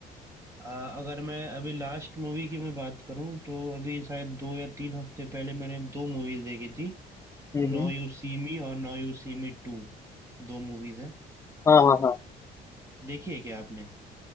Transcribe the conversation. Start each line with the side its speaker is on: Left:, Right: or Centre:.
Right: आ, अगर मैं अभी लास्ट मूवी की मैं बात करूँ तो अभी शायद दो या तीन हफ्ते पहले मैंने दो मूवीज देखी थी
Left: हम्म
Right: नो
Left: हम्म
Right: यू सी मी और now you see me टू दो movies है
Left: हाँ हाँ हाँ
Right: देखी है क्या आपने